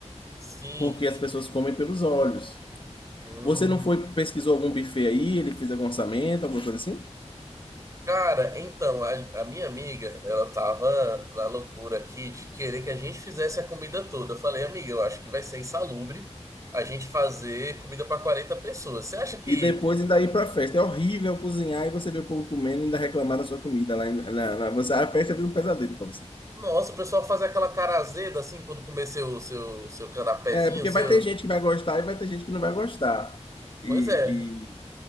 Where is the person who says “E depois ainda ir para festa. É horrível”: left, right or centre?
Left